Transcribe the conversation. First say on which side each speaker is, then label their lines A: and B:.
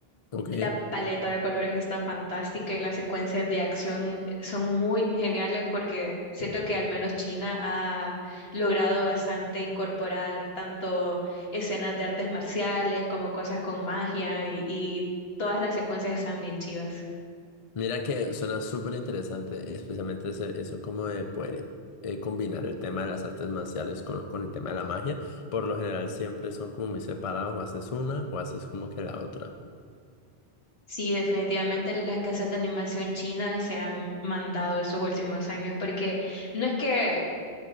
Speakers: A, on the left; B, on the left.
A: Ok.
B: La paleta de colores está fantástica y las secuencias de acción son muy geniales porque siento que al menos China ha logrado bastante incorporar tanto escenas de artes marciales como cosas con magia y, y todas las secuencias están bien chivas.
A: Mira que suena súper interesante, especialmente ese- eso como de poder eh, combinar el tema de las artes marciales con, con el tema de la magia. Por lo general siempre son como muy separados, o haces una o haces como que la otra.
B: Sí, definitivamente las casas de animación china se han mandado estos últimos años porque no es que